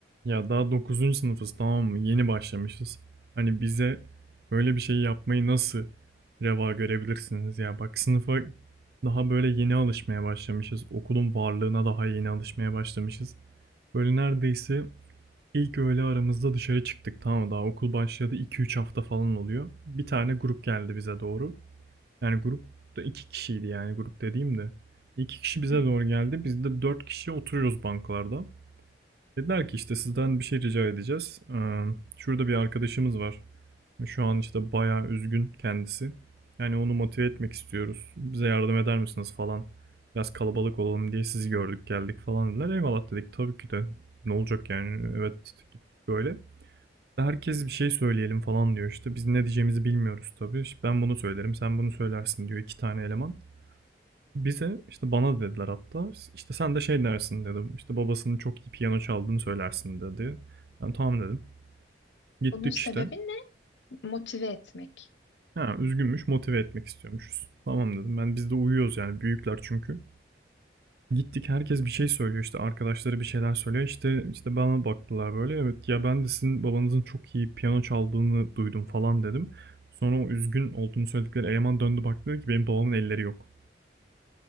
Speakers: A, on the right; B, on the left.
A: Ya daha dokuzuncu sınıfız tamam mı? Yeni başlamışız. Hani bize böyle bir şey yapmayı nasıl reva görebilirsiniz ya? Bak sınıfa daha böyle yeni alışmaya başlamışız. Okulun varlığına daha yeni alışmaya başlamışız. Böyle neredeyse ilk öğle aramızda dışarı çıktık tamam mı? Daha okul başladı iki üç hafta falan oluyor. Bir tane grup geldi bize doğru. Yani grupta iki kişiydi yani grup dediğim de. İki kişi bize
B: Hı.
A: doğru geldi. Biz de dört kişi oturuyoruz bankalarda. Dediler ki işte sizden bir şey rica edeceğiz. Ee, şurada bir arkadaşımız var. Şu an işte bayağı üzgün kendisi. Yani onu motive etmek istiyoruz. Bize yardım eder misiniz falan. Biraz kalabalık olalım diye sizi gördük geldik falan dediler. Eyvallah dedik tabii ki de. Ne olacak yani evet gittik böyle. Herkes bir şey söyleyelim falan diyor işte. Biz ne diyeceğimizi bilmiyoruz tabii. İşte ben bunu söylerim sen bunu söylersin diyor iki tane eleman. Bize, işte bana dediler hatta, işte, "Sen de şey dersin" dedim işte, "Babasının çok iyi piyano çaldığını söylersin" dedi. Ben "Tamam" dedim. Gittik
B: Bunun sebebi
A: işte.
B: ne? Motive etmek.
A: Ha, üzgünmüş, motive etmek istiyormuşuz. "Tamam" dedim. Ben biz de uyuyoruz yani büyükler çünkü. Gittik herkes bir şey söylüyor, işte, arkadaşları bir şeyler söylüyor. işte işte bana baktılar böyle, "Evet, ya ben de sizin babanızın çok iyi piyano çaldığını duydum" falan dedim. Sonra o üzgün olduğunu söyledikleri eleman döndü baktı ki, "Benim babamın elleri yok."